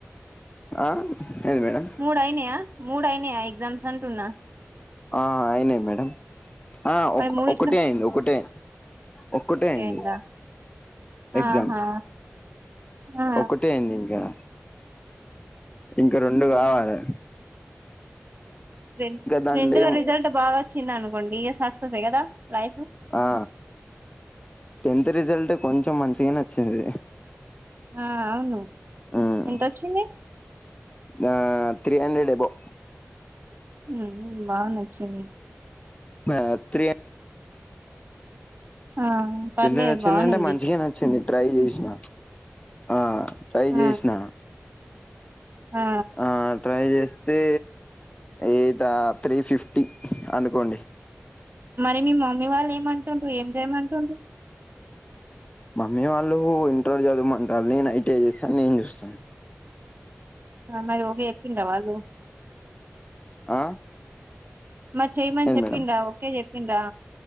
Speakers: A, on the left; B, on the right.
A: ఆ ఏంది మేడం
B: మూడు అయినియా మూడు అయినియా ఎగ్జామ్స్ అంటున్నా
A: ఆ అయినాయి మేడం ఆ
B: మరి మూడిట్లో
A: ఒకటే అయింది ఒకటే ఒక్కటే
B: ఒకటే
A: అయింది
B: అయిందా
A: ఎగ్జామ్
B: ఆహా ఆ
A: ఒకటే అయింది ఇంకా ఇంకా రెండు కావాలే
B: రెండు
A: దాంట్లో
B: రెండుల
A: ఏం
B: రిజల్ట్ బాగా వచ్చింది అనుకోండి ఇక సక్సెస్ ఏ కదా లైఫ్
A: ఆ టెన్త్ రిజల్ట్ కొంచెం మంచిగానే వచ్చింది
B: ఆ అవును
A: ఉమ్
B: ఎంత వచ్చింది
A: ఆ త్రీ హండ్రెడ్ ఎబో
B: ఉమ్ బానే నచ్చింది
A: మా అ త్రీ
B: ఆ పర్లేదు
A: చిల్ నచ్చిందంటే
B: బానుంది.
A: మంచిగా నచ్చింది ట్రై చేసిన ఆ ట్రై
B: ఆ
A: చేసిన
B: ఆ
A: ఆ ట్రై చేస్తే ఏ త్రీ ఫిఫ్టీ అనుకోండి
B: మరి మీ మమ్మీ వాళ్ళు ఏమంటుండ్రు ఏం చేయమంటుండ్రారు
A: మమ్మీ వాళ్ళు ఇంటర్ చదవమంటారుని నేను ఐటిఐ చేస్తాని నేను చూస్తాను
B: మరి ఒకే చెప్పిందరా వాళ్ళు
A: ఆ
B: మరి చెయ్యమని
A: ఏంది
B: చెప్పిండ
A: మేడం
B: ఓకే చెప్పిండ్రా